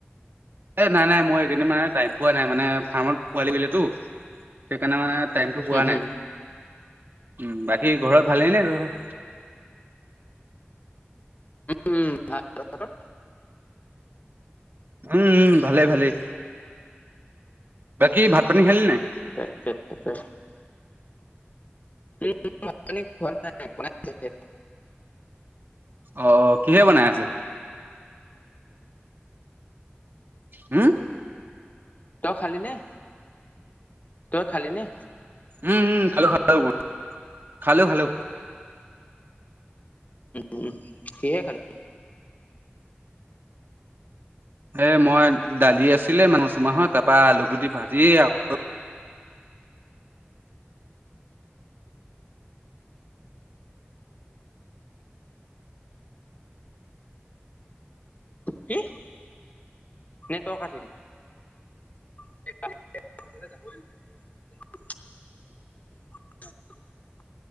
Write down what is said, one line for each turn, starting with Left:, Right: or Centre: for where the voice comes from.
Right: এ নাই নাই মই এইকেইদিন মানে টাইম পোৱা নাই মানে ফাৰ্মত পোৱালি <unintelligible> সেইকাৰণে মানে টাইমটো পোৱা
Left: উম হম।
Right: নাই উম, বাকী ঘৰত ভালেইনে তহঁতৰ?
Left: উম, ভাল তহঁতৰ?
Right: উম, উম, ভালে ভালেই বাকী ভাত-পানী খালি নাই?
Left: <unintelligible> উম, ভাত-পানী খোৱা নাই বনাইছেহে।
Right: অ', কিহে বনাই আছে? উম?
Left: তই খালি নে, তই খালি নে?
Right: উম, উম, খালো খালো মই খালো খালো।
Left: উম, কিহে খালি?
Right: এ মই দালি আছিলে মচুমাহৰ তাপা আলু গুটি ভাজি আ
Left: কি? নে তই <unintelligible> <unintelligible> <inaudible>